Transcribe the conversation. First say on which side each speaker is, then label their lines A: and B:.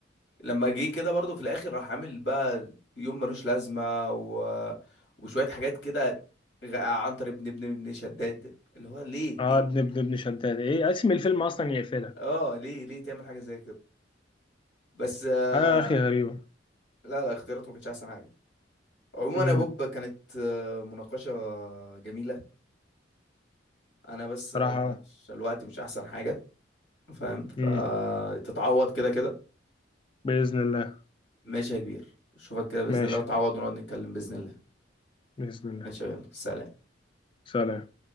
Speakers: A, on the left; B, on the left.
A: لما جه كده برضه في الاخر راح عامل بقى يوم ملوش لازمه و... وشويه حاجات كده غ- عنتر ابن ابن ابن شداد اللي هو ليه
B: اه
A: ليه
B: ابن ابن ابن شداد ايه اسم الفيلم اصلا يقفلها
A: اه ليه ليه تعمل حاجه زي كده بس آه،
B: حاجه يا اخي غريبه
A: لا لا اختياراته ما كانتش احسن حاجه عموما
B: امم
A: يا بوب كانت آه، مناقشة جميلة أنا بس
B: صراحه
A: آه، الوقت مش أحسن حاجة فاهم فتتعوض
B: امم
A: كده كده
B: باذن الله
A: ماشي يا كبير أشوفك كده بإذن
B: ماشي
A: الله وتعوض ونقعد نتكلم بإذن الله
B: باذن الله
A: ماشي يا بيلا. سلام
B: سلام